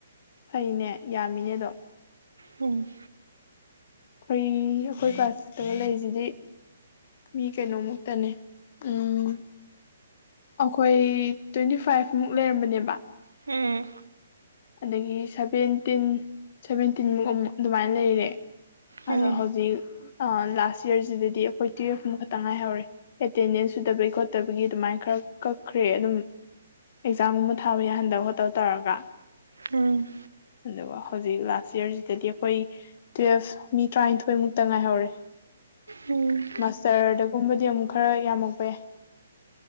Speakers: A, on the left; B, on the right.
A: ꯐꯩꯅꯦ ꯌꯥꯝꯃꯤꯅꯦ ꯑꯗꯣ
B: ꯎꯝ
A: ꯑꯩꯈꯣꯏ ꯑꯩꯈꯣꯏ ꯀ꯭ꯂꯥꯁꯇꯒꯥ ꯂꯩꯔꯤꯁꯤꯗꯤ ꯃꯤ ꯀꯩꯅꯣꯃꯨꯛꯇꯅꯦ ꯎꯝ ꯑꯩꯈꯣꯏ ꯇ꯭ꯋꯦꯟꯇꯤ ꯐꯥꯏꯚ ꯃꯨꯛ ꯂꯩꯔꯝꯕꯅꯦꯕ
B: ꯎꯝ
A: ꯑꯗꯒꯤ ꯁꯚꯦꯟꯇꯤꯟ ꯁꯚꯦꯟꯇꯤꯟꯃꯨꯛ ꯑꯃꯨꯛ ꯑꯗꯨꯃꯥꯏꯅ ꯂꯩꯔꯦ
B: ꯎꯝ
A: ꯑꯗꯣ ꯍꯧꯖꯤꯛ ꯂꯥꯁ ꯏꯌꯥꯔꯁꯤꯗꯗꯤ ꯑꯩꯈꯣꯏ ꯇꯨꯌꯦꯜꯐꯃꯨ ꯈꯛꯇ ꯉꯥꯏꯍꯧꯔꯦ ꯑꯦꯇꯦꯟꯗꯦꯟꯁ ꯁꯨꯗꯕꯒꯤ ꯈꯣꯠꯇꯕꯒꯤ ꯑꯗꯨꯃꯥꯏꯅ ꯈꯔ ꯀꯛꯈ꯭ꯔꯦ ꯑꯗꯨꯝ ꯑꯦꯛꯖꯥꯝꯒꯨꯝꯕ ꯊꯥꯕ ꯌꯥꯍꯟꯗꯕ ꯈꯣꯠꯇꯕ ꯇꯧꯔꯒ
B: ꯎꯝ
A: ꯑꯗꯨꯒ ꯍꯧꯖꯤꯛ ꯂꯥꯁ ꯏꯌꯥꯔꯁꯤꯗꯗꯤ ꯑꯩꯈꯣꯏ ꯇꯨꯌꯦꯜꯐ ꯃꯤ ꯇꯔꯥꯅꯤꯊꯣꯏꯃꯨꯛꯇ ꯉꯥꯏꯍꯧꯔꯦ
B: ꯎꯝ
A: ꯃꯁꯇꯔꯗꯒꯨꯝꯕꯗꯤ ꯑꯃꯨꯛ ꯈꯔ ꯌꯥꯝꯃꯛꯄ ꯌꯥꯏ